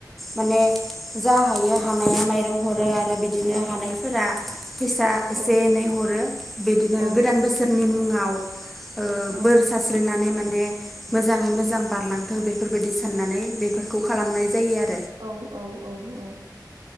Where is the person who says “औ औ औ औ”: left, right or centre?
Right